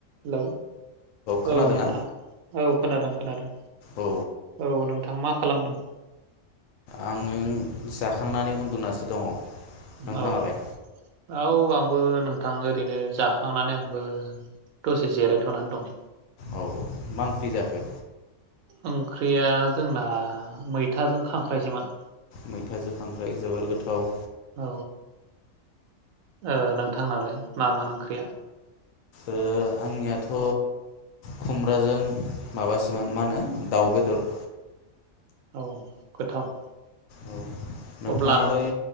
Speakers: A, on the right (about 80°); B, on the left (about 75°).
A: हेलौ
B: खोनादों
A: औ नोंथां
B: ना
A: औ खोनादों खोनादों
B: औ
A: औ नोंथां मा खालामदों?
B: आं जाखांनानै उन्दुनासो दङ। नोंथाङालाय
A: औ औ आं आंबो नोंथां ओरैनो जाखांनानै आंबो दसे जिरायथ'नानै दं।
B: औ मा ओंख्रि जाखो
A: ओंख्रिया जोंना मैथाजों खांख्रायसोमोन।
B: मैथाजों खांख्रायजों जोबोर गोथाव।
A: औ। ओ नोंथांनालाय मामोन ओंख्रिया?
B: ओ आंनियाथ' खुमब्राजों माबासोमोन ओ मा होनो दाउ बेदर।
A: औ गोथाव।
B: औ नोंथाङालाय
A: अब्ला